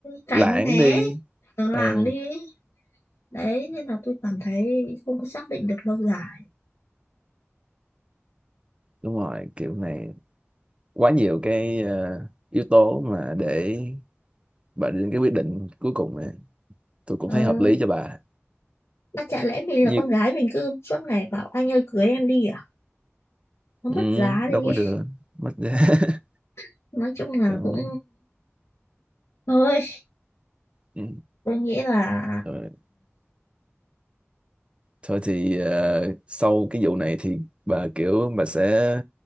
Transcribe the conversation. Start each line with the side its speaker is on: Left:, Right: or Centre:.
Left: tránh
Right: lãng
Left: né
Right: đi
Left: lảng
Right: ờ
Left: đi ấy. đấy nên là tôi cảm thấy không có xác định được lâu dài
Right: đúng rồi kiểu này quá nhiều cái ờ, yếu tố mà để bà đến cái quyết định cuối cùng này tôi cũng
Left: ờ,
Right: thấy hợp lý cho bà
Left: mà chả lẽ mình là
Right: như
Left: con gái mình cứ suốt ngày bảo anh ơi cưới em đi à nó
Right: ừ,
Left: mất giá
Right: đâu
Left: đi
Right: có được mất giá <laughs>
Left: <laughs> nói chung là
Right: Đó.
Left: cũng thôi
Right: ừ.
Left: tôi nghĩ là
Right: Rồi. Thôi thì ờ, sau cái vụ này thì bà kiểu bà sẽ